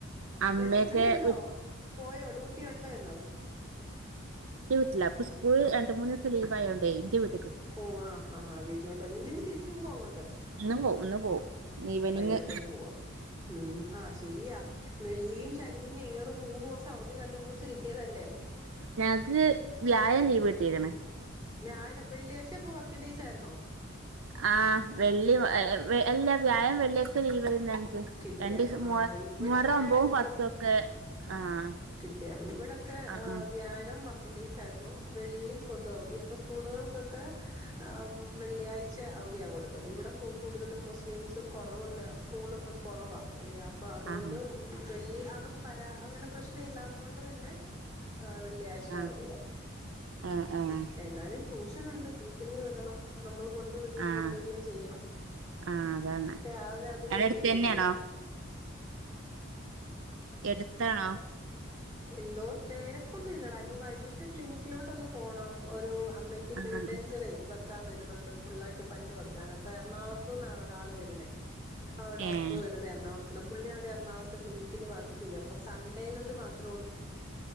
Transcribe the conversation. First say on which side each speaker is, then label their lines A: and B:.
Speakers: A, on the right (about 75°); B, on the right (about 20°).
A: അമ്മയൊക്കെ
B: പിന്നെ ഹസ്ബൻഡ് ഉണ്ടോ
A: വിഡ്
B: പോയോ ടൂട്ടി ഉണ്ടോ ന്ന്
A: ഇല്ല പ്പ സ്കൂൾ രണ്ട്, മൂന്ന്, ദിസ്ത്ത ലീവായയോണ്ട് ഇന്റെ വീ..
B: ഓ ആ ആാ ആ നച്ചേട്ടാ നീ ഇന്ന് തിരിച്ചേവേ അങ്ങോട്ട്
A: ഇന്ന് പോവും ഇന്ന് പോവും ഈവനിങ്
B: വൈകിട്ടത്തേക്ക് പോവാ, ഉം, ആ ശരിയാ വെള്ളയിം ശനിയും ഞാറും മൂന്ന്ദൂസം അവധി കണ്ടിന്യൂസ് കിട്ടിയതല്ലേ?
A: ഞങ്ങക്ക് വ്യാഴം ലീവ് കിട്ടിയേക്കണ്
B: വ്യാഴം, വെള്ളിയാഴ്ച ഇപ്പൊ വർക്കിൻ ഡേസ് ആായിരുന്നോ
A: ആഹ വെള്ളി ഏ.. ആ.. എല്ല വ്യായം വെള്ളിയായ്ച്ച ലീവ് ഞങ്ങക്ക്
B: കിട്ടിയായിരുന്നു
A: രണ്ടീസം. മുഹ
B: ആഹ് ഇവിടൊക്കെ
A: മുഹറ്ം ഒൻപതും
B: ഇവി
A: പത്തൊക്കെ ആഹ്...
B: കിട്ടിയാണ് ഇവിടെൊക്കെ
A: ആഹ്
B: ഹ് വ്യാഴം. വർക്കിംഗ്‌ ടൈസ് ആയിരുന്നു വെള്ളി പെതു അവധി അപ്പ സ്കൂൾ കൾകെക്കെ, ഉം.. വെള്ളിയാഴ്ച ച്ചൊ അവധിയാ കൊടുത്തത് ഇവിടെ കു കൂടുതലും മുസ്ലിംസ് കുറവുള്ള സ്കൂളൊക്കെ കുറവാ. ഏ അപ്പൊ അതുകൊണ്ട്
A: ആഹ് ആഹ്
B: വെള്ളി അതെക്കെ പരാ അങ്ങനെ പ്രശ്ന? ല്ലാത്തൊണ്ട് പിന്നെ.. വെള്ളിയാഴ്ച,
A: ആഹ് ആഹ്
B: അവധിയാ,
A: ഏഹ് ഏഹ്
B: എന്നാലും. ട്യൂഷനുണ്ട് ട്യൂഷനിൽ വിടണം നമ്മൾ കൊണ്ടു വിടുകയും
A: ആഹ്
B: കൊണ്ട രികയും ചെയ്യണം.
A: ആഹ് അതാണ്
B: രാവിലെ അതൊരു
A: അവിടെ
B: വല്ലൃ
A: അടുത്ത്
B: ജോലിയാ.
A: തന്നെയാണോ എടുത്താണോ?
B: എന്തോ.. തിരക്കൊന്നും ഇല്ലടാ.. ഇനി വൈകിട്ട് ക്ലിനിക്കിലോട്ടൊന്ന് പോണം ഒരു അപ് അമ്മക്ക്
A: ആഹ്
B: ഫുൾ ഡേഞ്ചറി വെക്കാൻ വരുന്നുണ്ട് ഫുള്ളായിട്ട് പല്ല് വെക്കാൻ അപ്പൊ എറണാകുളത്ത്ന്നാ ഒരാൾ വരുന്നത്. ആ ഡോക്ടർ
A: ഏഹ്
B: വരുന്ന എറണാകുളത്ത്ന്ന പുള്ളി അവിടെ എറണാളത്ത് ക്ലിനിക്കിൽ വർക്കെയ്യാ അപ്പെ സൺഡേകളിൽ മാത്രം